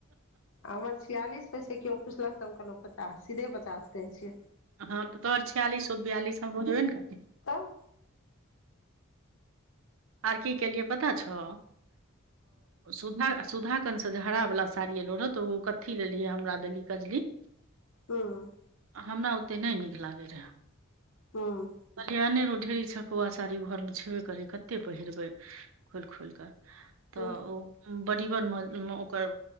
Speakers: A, on the left (about 70°); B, on the right (about 80°).
A: हमर छियालिस पर छै केओ पुछलक तऽ हम कहलौं पचास सीधे पचास कहै छियै
B: हँ तऽ तोहर छियालिस छौ तऽ बियालिस हमरो हैबे ने करतै
A: तब
B: आर की केलियै पता छौ सुधा सुधा कन से जे हरा बला साड़ी एलौ रहै तऽ ओ कत्थी लेलहीे हमरा देलही कजली
A: हँ
B: आ हमरा ओते नहि नीक लागे रहे
A: हूँ
B: बलिहाने रहौ ढेरी छै पौआ साड़ी घरमे छेबे करै कत्ते पहिरबै खोलि खोलिकऽ तऽ
A: हूँ
B: ओ बड़ीबन मे ओकर